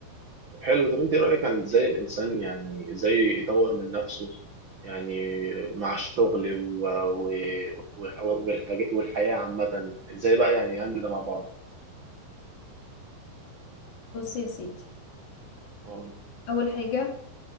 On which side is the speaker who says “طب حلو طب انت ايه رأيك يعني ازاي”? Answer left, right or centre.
Right